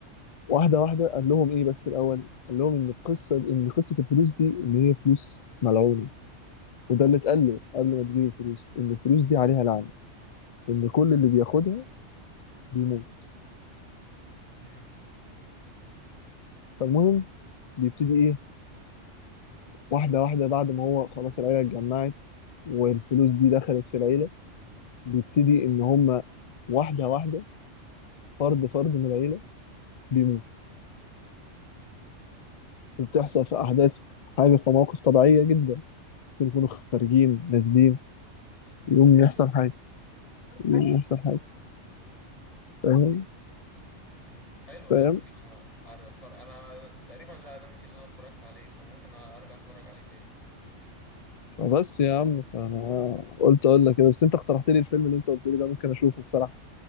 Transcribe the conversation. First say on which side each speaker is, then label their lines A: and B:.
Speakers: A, on the left; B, on the left.
A: واحدة واحدة قال لهم إيه بس الأول قال لهم إن القصة إن قصة الفلوس دي إن هي فلوس ملعونة وده اللي اتقال له قبل ما تجيب الفلوس إن الفلوس دي عليها لعنة إن كل اللي بياخدها بيموت
B: امم
A: فالمهم بيبتدي ايه واحدة واحدة بعد ما هو خلاص العيلة اتجمعت والفلوس دي دخلت في العيلة بيبتدي ان هما واحدة واحدة فرد فرد من العيلة بيموت وبتحصل في احداث في حاجة في مواقف طبيعية جدا ممكن يكونوا خارجين نازلين يقوم يحصل حاجة يقوم يحصل حاجة فاهم
B: امم حلو
A: فاهم
B: ده ممكن أ- اتفرج انا تقريبا لا ده مش اللي انا اتفرجت عليه فممكن ارجع اتفرج عليه تاني
A: فبس يا عم فانا قلت اقول لك كده بس انت اقترحت لي الفيلم اللي انت قلت لي ده ممكن اشوفه بصراحة